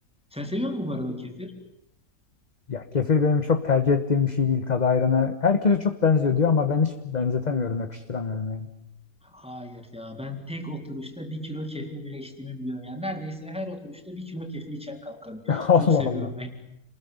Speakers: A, in the centre; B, on the left.
A: Sen seviyor musun bu arada kefir?
B: Ya kefir benim çok tercih ettiğim bir şey değil. Tadı ayrana herkese çok benziyor diyor ama ben hiç benzetemiyorum, yakıştıramıyorum yani.
A: Hayır ya ben tek oturuşta bir kilo kefir bile içtiğimi biliyorum. Yani neredeyse her oturuşta bir kilo kefir içer kalkarım.
B: <laughs>
A: Çok
B: Allah
A: seviyorum
B: Allah.
A: ben.